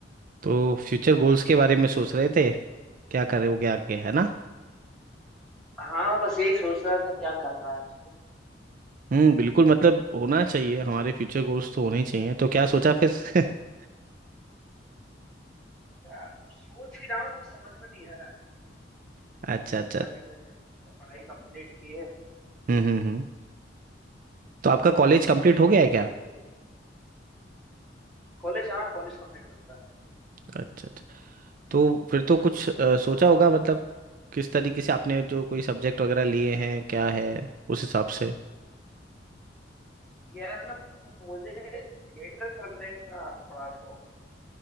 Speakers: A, on the right (about 45°); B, in the centre.
A: तो फ्यूचर गोल्स के बारे में सोच रहे थे क्या करोगे आगे है ना
B: हाँ बस यही सोच रहा था क्या करना है ठीक है।
A: हम्म बिल्कुल मतलब होना चाहिए हमारे फ्यूचर गोल्स तो होने ही चाहिए तो क्या सोचा फिर <laughs>
B: क्या- सोच ही रहा हूँ कुछ समझ में नहीं आ रहा है
A: अच्छा
B: ठीक
A: अच्छा
B: से अभी मैं पढ़ाई कंप्लीट की है
A: हम्म हम्म हम्म तो आपका कॉलेज
B: तो
A: कंप्लीट
B: मुझे
A: हो गया
B: थिएटर
A: है क्या
B: कॉलेज हाँ कॉलेज कंप्लीट हो चुका है
A: अच्छा अच्छा तो फिर तो कुछ अ, सोचा होगा मतलब किस तरीके से आपने जो कोई सब्जेक्ट वगैरह लिए हैं क्या है उस हिसाब से
B: यार ना मुझे थिएटर करने का बड़ा शौक है